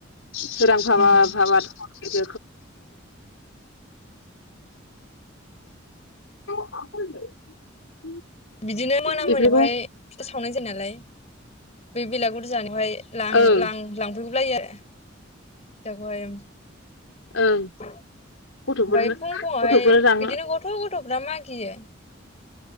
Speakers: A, on the left; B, on the left.
A: <unintelligible> सोरां <unintelligible>
B: उम
A: जोखोमनिफ्रायनो <unintelligible> <inaudible>
B: बिदिनो मोना
A: बेफोरखौ
B: मोनायावहाय फिथा सावनाय जायो नालाय बे बेलागुर जानायावहाय लां-लां-लांफैगुलायो
A: ओं
B: आरो फिथाखौहाय ओमफाय
A: ओं गथ'फोरनो
B: फुं फुङावहाय
A: गथ'फोर रां
B: इदिनो गथ' गथ'फ्रा मागियो